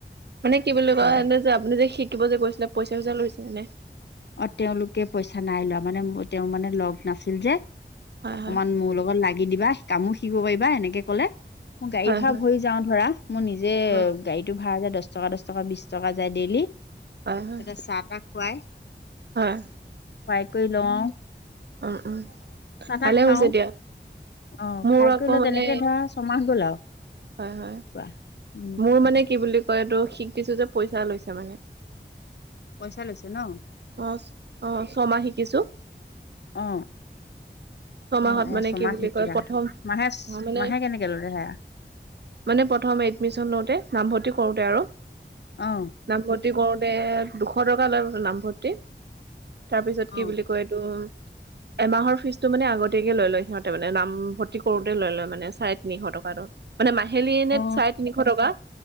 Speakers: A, on the right; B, on the left.
A: মানে কি বুলি কয়
B: হয়
A: এনে যে আপুনি যে শিকিব যে গৈছিলে পইচা চইচা লৈছিলে।
B: অ তেওঁলোকে পইচা নাই লোৱা মানে তেওঁ মানে লগ নাছিল যে।
A: হয়,
B: অকমান
A: হয়,
B: মোৰ লগত লাগি দিবা, কামো শিকিব পাৰিবা এনেকে ক'লে। গাড়ী
A: হয়,
B: ভাড়া
A: হয়,
B: ভৰি যাওঁ ধৰা, মোৰ নিজে।
A: অ',
B: গাড়ীটো ভাড়া যে দহ টকা দহ টকা বিশ টকা যায় ডেইলি
A: হয়, হয়,
B: তাতে চাহ তাহ খুৱাই।
A: হয়।
B: বাইক কৰি লওঁ।
A: উ উম।
B: চাহ তাহ
A: ভালে
B: খাও,
A: হৈছে দিয়া।
B: অ'
A: মোৰ
B: খাই
A: আকৌ
B: কৰিলে
A: মানে
B: তেনেকে ধৰা ছমাহ গ'ল আৰু।
A: হয়', হয়।
B: কোৱা উম।
A: মোৰ মানে কি বুলি কয় এইটো শিকিছোঁ যে পইচা লৈছে মানে।
B: পইচা লৈছে ন।
A: অ অ ছমাহ শিকিছোঁ।
B: অ।
A: ছমাহত
B: অ অ
A: মানে
B: ছমাহ
A: কি বুলি
B: শিকালা
A: কয় প্ৰথম
B: মাহে
A: মানে
B: মাহে কেনেকে ল'লে হেয়া।
A: মানে প্ৰথম এডমিচন লওঁতে নামভৰ্তি কৰোতে আৰু।
B: অ।
A: নামভৰ্তি কৰোতে দুশ টকা লয় নামভৰ্তি। তাৰপিছত
B: অ
A: কি বুলি কয় এইটো এমাহৰ ফিচ। টো মানে আগতীয়াকে লৈ লয় সিহঁতে মানে নাম ভৰ্তি কৰোতে লৈ লয় মানে চাৰে তিনিশ টকাটো। মানে মাহিলী এনে
B: অ
A: চাৰে তিনিশ টকা